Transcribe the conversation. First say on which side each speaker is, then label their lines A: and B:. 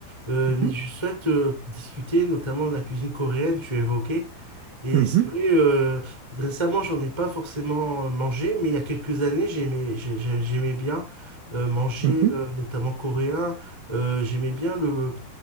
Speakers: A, on the right; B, on the right.
A: Euh,
B: Mhm,
A: mais je souhaite euh, discuter notamment de la cuisine coréenne, tu évoquais. Et
B: mhm,
A: c'est vrai, euh, récemment, j'en ai pas forcément euh, mangé, mais il y a quelques années, j'aimais, j'ai- j'ai- j'aimais bien euh, manger,
B: mhm.
A: euh, notamment coréen. Euh, j'aimais bien le,